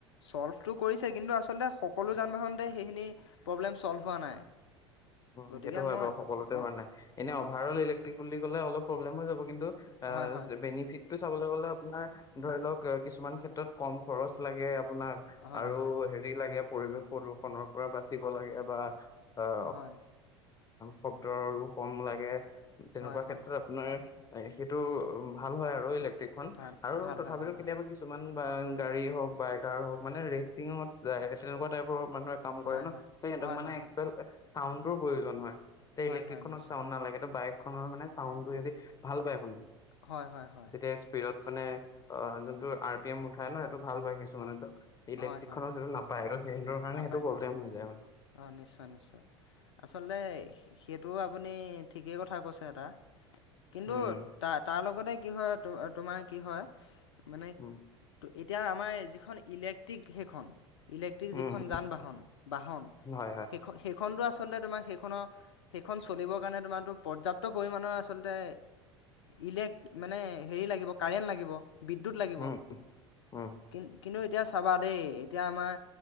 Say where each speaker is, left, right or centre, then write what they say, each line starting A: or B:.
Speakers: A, on the left; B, on the left.
A: ছ'ল্ভটো কৰিছে কিন্তু আচলতে সকলো যান বাহনতে সেইখিনি প্ৰব্লেম চ'ল্ভ হোৱা নাই।
B: উ
A: গতিকে
B: সেইটো হয়
A: মই
B: বাৰু সকলোতে
A: অঁ
B: হোৱা নাই, এনে
A: অঁ
B: অভাৰ অল ইলেক্ট্ৰিক বুলি ক'লে অলপ প্ৰব্লেম হৈ যাব কিন্তু আ
A: হয় হয়
B: বেনিফিট চাবলৈ গলে আপোনাৰ ধৰি লওঁক কিছুমান ক্ষেত্ৰত কম খৰচ লাগে। আপোনাক
A: হয়
B: আৰু
A: হয়
B: হেৰি লাগে। পৰিৱেশ প্ৰদূষণৰ পৰা বাচিব লাগে বা বা। <inaudible> অ,
A: হয়
B: শব্দো আৰু কম লাগে। তেনেকুৱা
A: হয়
B: ক্ষেত্ৰত
A: হয়
B: আপোনাৰ সেইটো উ ভাল হয় আৰু <unintelligible> <unintelligible>
A: ভাল
B: আৰু
A: ভাল
B: তথাপিতো
A: হয় ভাল
B: কেতিয়াবা
A: হয়
B: কিছুমান বান, গাড়ী হওঁক, বাইতাৰ হওঁক মানে ৰেচিঙত <unintelligible> তেনেকুৱা টাইপৰ মানুহে কাম কৰে
A: হয়
B: ন।
A: হয়
B: সেই এহঁতক
A: হয়
B: মানে
A: হয়
B: এক্সেল
A: হয়
B: এ টাউনটোৰ প্ৰয়োজন হয়। ইলেক্ট্ৰিকখনত
A: হয় নিশ্চয়
B: চাউণ্ড নালাগে। ত' বাইক খনৰ মানে চাউণ্ডটোৱেদি ভাল পায় শুনি।
A: হয়, হয়, হয়।
B: তেতিয়া স্পীডত মানে আ জোনটো আৰ পি এম উঠাই ন হেটো ভাল পায় কিছুমানেটো।
A: অঁ
B: ইলেক্ট্ৰিকখনত
A: হয় হয়
B: জোনো নাপায় হেটো বেংতৰ কাৰণে
A: নাপায়
B: হেটো প্ৰব্লেম
A: নাপায়
B: হৈ যায় হয়।
A: অঁ নিশ্চয় নিশ্চয় আচলতে সে-সেটো আপুনি ঠিকেই কথা কৈ ছে এটা। কিন্তু
B: উম
A: তা-তা লগতে কি হয় তো-তোমাৰ কি হয়? মানে
B: উম
A: ত-এইত এতিয়া আমায়ে যিখন ইলেক্ট্ৰিক হেখন। ইলে টি যিখন
B: উম
A: যান-বাহন, বাহন
B: উম হয় হয়
A: সেইখ-সেইখনটো আচ আচলতে তোমাৰ সেইখনৰ, সেইখন চলিব কাৰণে তোমাতো পৰ্যাপ্ত পৰিমাণৰ আচলতে ইলেক মানে হেৰি লাগিব কাৰেণ্ট লাগিব। বিদ্যুৎ লাগিব।
B: উম উম
A: কিন-কিনো এত এতিয়া চাবা দেই, এতিয়া আমাৰ